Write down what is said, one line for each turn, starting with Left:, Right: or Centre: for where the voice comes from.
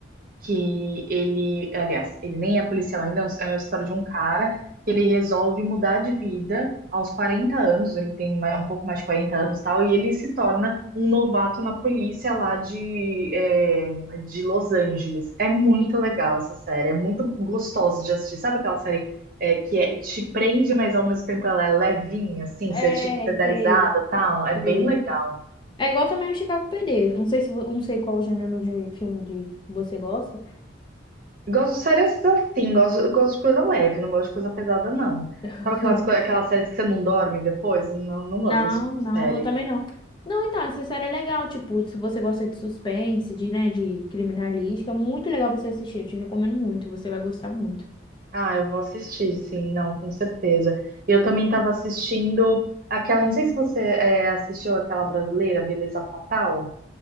Right: que ele, aliás, ele nem é policial ainda, é a história de um cara que ele resolve mudar de vida aos 40 anos, ele tem mais- um pouco mais de 40 anos, e tal, e ele se torna um novato na polícia lá de, é, de Los Angeles. É muito
Left: sim.
Right: legal essa série, é muito gostoso de assistir. Sabe aquela série é, que é- te prende, mas ao mesmo tempo ela é levinha, assim, você,
Left: É,
Right: te- você dá
Left: sei,
Right: risada, e tal, é
Left: sei.
Right: bem legal.
Left: É igual também o Chicago PD. Não sei se, vo- não sei qual o gênero de filme de você gosta.
Right: Gosto de séries assim, gosto, gosto de coisa leve, não gosto de coisa pesada, não.
Left: <laughs>
Right: Sabe aquelas, co- aquelas séries que você não dorme depois? Eu Não, não gosto
Left: Não,
Right: desse tipo de
Left: não,
Right: série.
Left: eu também não. Não, então, essa série é legal, tipo, se você gosta de suspense, de, né, de criminalística, é muito legal você assistir, eu te recomendo muito, você vai gostar muito.
Right: Ah, eu vou assistir, sim, não, com certeza. Eu também estava assistindo aquela, não sei se você é, assistiu aquela brasileira, Beleza Fatal.